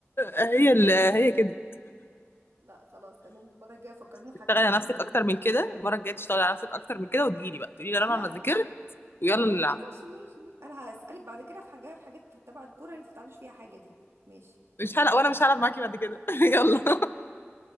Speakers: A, on the left; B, on the right.
A: هي اللي هي كده
B: لا خلاص تمام المرة الجاية فكرنا في حاجات
A: اشتغلي على
B: تانية
A: نفسك
B: شوية.
A: اكتر من كده المره الجايه تشتغلي على نفسك اكتر من كده وتجيلي بقى تقولي لي رنا
B: انا
A: انا ذاكرت ويلا
B: خلاص
A: نلعب
B: ماشي ماشي ماشي. انا هسألك بعد كده في حاجات حاجات تبع الكورة اللي انت ما بتعرفيش فيها حاجة دي ماشي
A: مش هلعب وانا مش هلعب معاكي بعد كده <laughs> يلا